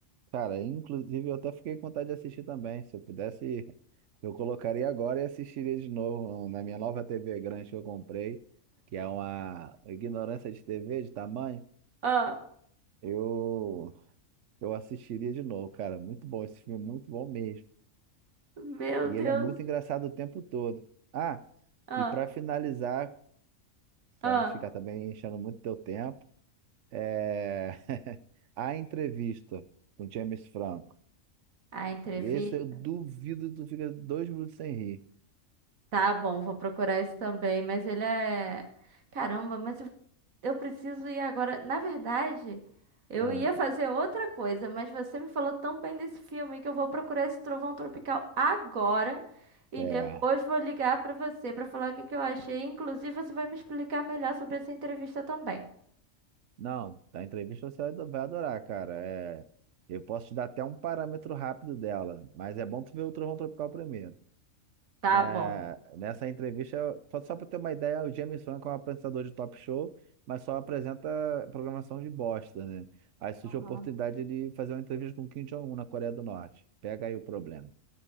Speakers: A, on the right (about 70°); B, on the right (about 85°).
A: Cara, inclusive eu até fiquei com vontade de assistir também. Se eu pudesse, <laughs> eu colocaria agora e assistiria de novo um, na minha nova TV grande que eu comprei, que é uma ignorância de TV de tamanho.
B: Ah,
A: Eu eu assistiria de novo, cara. Muito bom esse filme, é muito bom mesmo.
B: meu
A: E
B: Deus.
A: ele é muito engraçado o tempo todo. Ah,
B: Ah,
A: e pra finalizar, pra
B: ah.
A: não ficar também enchendo muito teu tempo, é <laughs> a entrevista com James Franco.
B: A entrevista.
A: Esse eu duvido que tu fica dois minutos sem rir.
B: Tá bom, vou procurar isso também. Mas ele é. Caramba, mas eu, eu preciso ir agora. Na verdade, eu
A: Ah,
B: ia fazer outra coisa, mas você me falou tão bem desse filme que eu vou procurar esse Trovão Tropical agora. E
A: é.
B: depois vou ligar pra você pra falar o que que eu achei. Inclusive, você vai me explicar melhor sobre essa entrevista também.
A: Não, da entrevista você vai vai adorar, cara. É, eu posso te dar até um parâmetro rápido dela, mas é bom tu ver o Trovão Tropical primeiro.
B: Tá
A: Né,
B: bom.
A: nessa entrevista, só, só pra ter uma ideia, o James Franco é um apresentador de talk show, mas só apresenta programação de bosta, né? Aí surge
B: Aham.
A: a oportunidade de fazer uma entrevista com Kim Jong-un na Coreia do Norte. Pega aí o problema.